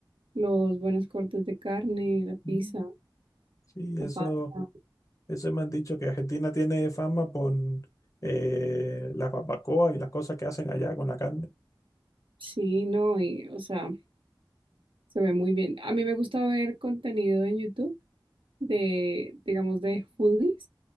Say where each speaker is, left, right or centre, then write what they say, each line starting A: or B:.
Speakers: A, on the right; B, on the left.
A: los buenos cortes de carne, la pizza,
B: Mm, Sí,
A: la
B: eso,
A: pasta.
B: eso me han dicho que Argentina tiene fama por eh, las barbacoas y las cosas que hacen allá con la carne.
A: Sí, no, y o sea, se ve muy bien. A mí me gusta ver contenido en YouTube de, digamos, de foodies.